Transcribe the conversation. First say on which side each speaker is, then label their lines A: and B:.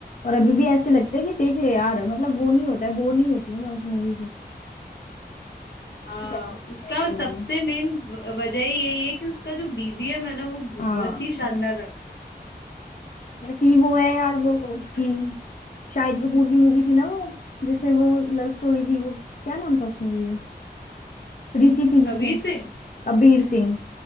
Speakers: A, on the left; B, on the left.
A: और अभी भी ऐसे लगता है कि देख ले यार मतलब वो नहीं होता है बोर नहीं होती हूँ मैं उस मूवी से
B: हाँ
A: कुछ ऐसा
B: उसका
A: इन्होंने बनाई
B: सबसे
A: है
B: मेन वजह ही यही है कि उसका जो बीजीएम है ना वो बहुत
A: हाँ
B: ही शानदार रखा है
A: ऐसी ही वो है यार वो
B: मतलब
A: उसकी शाहिद कपूर की मूवी थी ना वो जिसमें वो लव स्टोरी थी वो क्या नाम था उस मूवी का रीति थी जिसमें
B: कबीर सिंह
A: कबीर सिंह